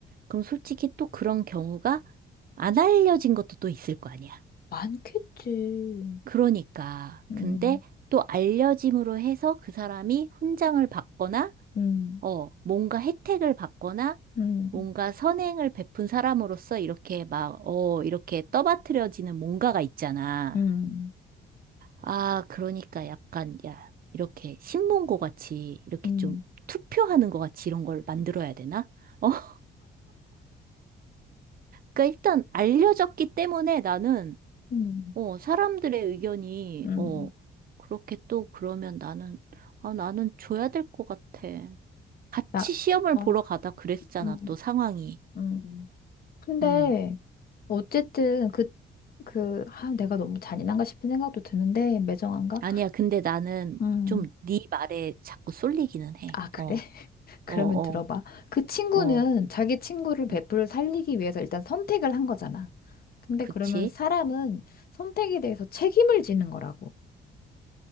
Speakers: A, on the right; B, on the left.
A: 그럼 솔직히 또 그런 경우가 안 알려진 것도 또 있을 거 아니야.
B: 많겠지.
A: 그러니까.
B: 음,
A: 근데 또 알려짐으로 해서 그 사람이 훈장을 받거나,
B: 음,
A: 어, 뭔가 혜택을 받거나,
B: 음,
A: 뭔가 선행을 베푼 사람으로서 이렇게 막, 어, 이렇게 떠받들여지는 뭔가가 있잖아.
B: 음,
A: 아, 그러니까 약간, 야, 이렇게 신문고 같이, 이렇게
B: 음,
A: 좀 투표하는 거 같이 이런 걸 만들어야 되나? 어, <laughs> 그러니까 일단 알려졌기 때문에 나는
B: 음,
A: 어, 사람들의 의견이,
B: 음.
A: 어, 그렇게 또 그러면 나는, 아, 나는 줘야 될 것 같아. 같이
B: 나,
A: 시험을
B: 어,
A: 보러 가다 그랬잖아,
B: 음,
A: 또 상황이.
B: 음. 근데
A: 음,
B: 어쨌든 그, 그, 아, 내가 너무 잔인한가 싶은 생각도 드는데, 매정한가?
A: 아니야, 근데 나는
B: 음,
A: 좀 네 말에 자꾸 쏠리기는 해.
B: 아, 그래?
A: 어,
B: <laughs> 그러면
A: 어, 어,
B: 들어봐. 그 친구는
A: 어.
B: 자기 친구를 베프를
A: 음,
B: 살리기 위해서 일단 선택을 한 거잖아. 근데
A: 그치?
B: 그러면 사람은 선택에 대해서 책임을 지는 거라고.